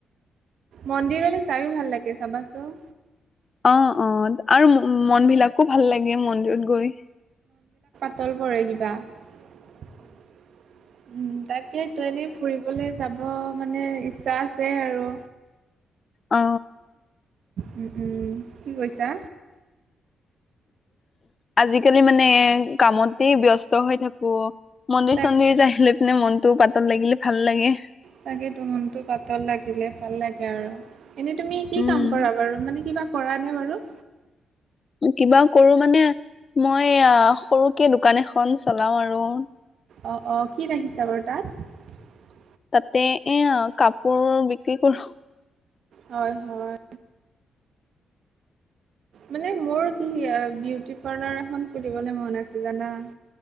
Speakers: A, on the right (about 70°); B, on the left (about 40°).
A: মন্দিৰলৈ যায়ো ভাল লাগে চাবাচোন।
B: অ', অ', আৰু ম মন বিলাকো ভাল লাগে মন্দিৰত গৈ।
A: তাইও কৰে কিবা, উম তাকে তো এনেই ফুৰিবলে যাব মানে ইচ্ছা আছে আৰু।
B: অ
A: উম, উম, কি কৈছা?
B: আজিকালি মানে কামতেই ব্যস্ত হৈ থাকো। মন্দিৰ
A: তাক
B: চন্দিৰ যায় লৈ পেলাই মনটোও পাতল লাগিলে ভাল লাগে।
A: তাকেতো, মনটো পাতল লাগিলে ভাল লাগে আৰু। এনে তুমি কি
B: উম
A: কাম কৰা বাৰু, মানে কিবা কৰা নে বাৰু?
B: কিবা কৰো মানে মই এয়া সৰুকে দোকান এখন চলাও আৰু।
A: অ, অ', কি ৰাখিছা বাৰু তাত?
B: তাতে এয়া, কাপোৰ বিক্ৰী কৰো।
A: হয়, হয়। মানে মোৰ কি বিউটি পাৰ্লাৰ এখন খুলিবলৈ মন আছে জানা।